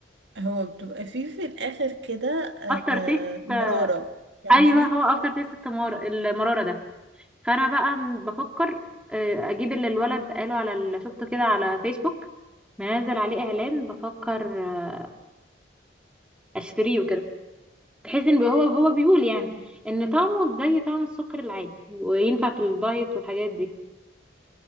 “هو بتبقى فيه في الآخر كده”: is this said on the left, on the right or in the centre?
Right